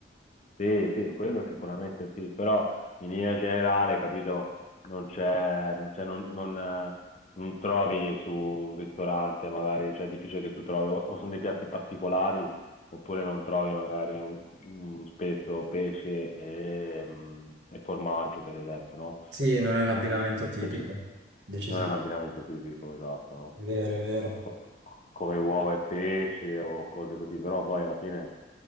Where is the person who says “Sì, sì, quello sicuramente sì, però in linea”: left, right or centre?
Left